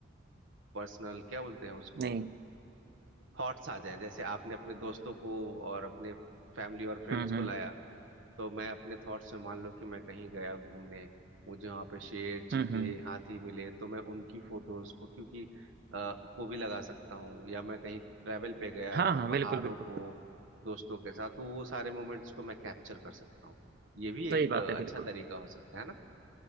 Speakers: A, on the right (about 80°); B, on the right (about 50°).
A: पर्सनल क्या बोलते हैं उसको
B: नहीं
A: थॉट्स आ जाए जैसे आपने अपने दोस्तों को और अपने फैमिली और फ्रेंड्स
B: हम्म
A: को
B: हम्म
A: लाया तो मैं अपने थॉट्स में मान लो कि मैं कहीं गया घूमने मुझे वहां पे शेर चीते
B: हम्म हम्म
A: हाथी मिले तो मैं उनकी फोटोज को क्योंकि आ, को भी लगा सकता हूँ या मैं कहीं ट्रैवल पे गया
B: हाँ
A: तो
B: हाँ
A: पहाड़ों
B: बिल्कुल बिल्कुल
A: को दोस्तों के साथ तो वो सारे मोमेंट्स को मैं कैप्चर कर सकता हूँ ये भी एक
B: सही बात
A: अ,
B: है
A: अच्छा
B: बिल्कुल
A: तरीका हो सकता है ना